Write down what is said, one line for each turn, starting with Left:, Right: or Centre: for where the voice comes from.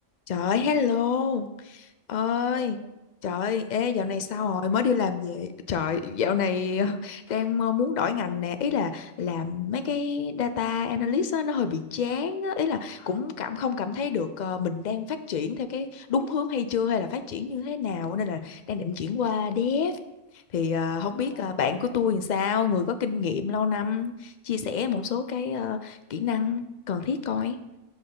Left: Trời ơi, hello ơi
Right: Hello,
Left: Trời ơi, ê dạo này sao
Right: đang có vấn
Left: rồi
Right: đề
Left: mới
Right: gì
Left: đi
Right: vậy?
Left: làm về Trời dạo này <laughs> đang ờ, muốn đổi ngành nè Ý là làm mấy cái data analyst á, nó hơi bị chán á. Ý là cũng cảm không cảm thấy được ờ, mình đang phát triển theo cái đúng hướng hay chưa Hay là phát triển như thế nào Nên là đang định chuyển qua dev Thì ờ, không biết
Right: À,
Left: ờ, bạn của tôi làm sao Người có kinh nghiệm lâu năm Chia sẻ một số cái ờ, kỹ năng cần thiết coi